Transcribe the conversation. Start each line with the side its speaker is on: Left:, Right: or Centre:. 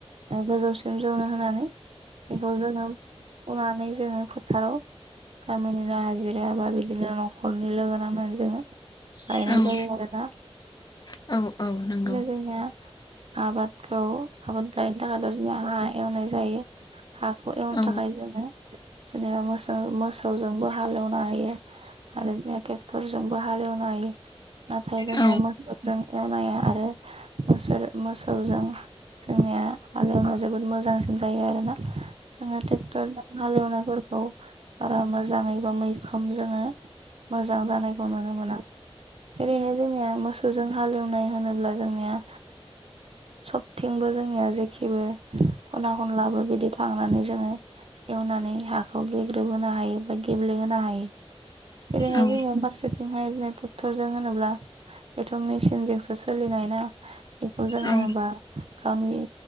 Right: गोजौसिम जौनो होनानै बेखौ जोङो फुनानै जोङो फोथाराव थ' गामिनिनो हाजिरा बा बिदिनो न'खरनि लोगोनांनानै जोङो गायनाय
Left: औ औ
Right: जायो जोना
Left: औ औ नंगौ
Right: लोगोनिया आबादखौ आबाद गायनो थाखायथ' दजनिया हा एवनाय जायो हाखौ एवनो
Left: औ
Right: थाखाय जोङो जेनेबा मो मोसौजोंबो हालेवनो हायो आरो जोंया ट्रेक्टरजोंबो हालेवनो हायो नाथाय जोंनिया
Left: औ
Right: मोसौजों एवनाया आरो मोस मोसौजों जोंनिया हालेवनायाव जोबोद मोजांसिन जायो आरोना जोंहा क्टरजों हालैनाय फोरखौ खौ बारा मोजाङै बा मैखोम जोङो मोजां जानायखौ नुनो मोना जेरैहाय जोंनिया मोसौजों हालेवनाय होनोब्ला जोंनिया सबथिंबो जोंनिया जेखेबो खना खनलाबो बिदि थांनानै जोङो एवनानै हाखौ गेग्रोबहोनो हायो बा गेब्लेहोनो हायो जेरैहाय
Left: औ
Right: जोंनिया बाखसाथिंजाय ट्रेक्टर जों होनोब्ला बेथ' मेसिनजोंसो सोलिनानै बेखौ जोङो
Left: औ
Right: बा गामि